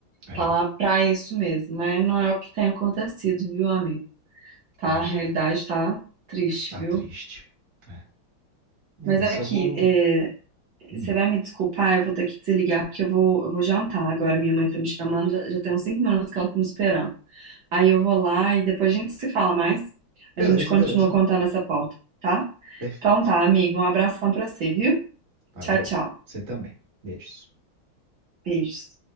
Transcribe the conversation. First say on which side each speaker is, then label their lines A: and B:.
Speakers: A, on the right; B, on the right.
A: É,
B: Tá lá pra isso mesmo, mas não é o que tem acontecido, viu, amigo? Tá,
A: pois
B: a realidade
A: é.
B: tá triste,
A: Tá
B: viu?
A: triste. É, é
B: Mas
A: isso,
B: aqui,
A: eu vou.
B: é,
A: Hum.
B: você vai me desculpar, eu vou ter que desligar porque eu vou, eu vou jantar agora. Minha mãe tá me chamando, já, já tem uns cinco minutos que ela tá me esperando. Aí eu vou lá e depois a gente se fala mais.
A: Beleza,
B: A gente continua
A: beleza.
B: contando essa pauta, tá?
A: Perfeito.
B: Então tá, amigo, um abração pra você, viu?
A: Valeu.
B: Tchau, tchau.
A: Você também. Beijos.
B: Beijos.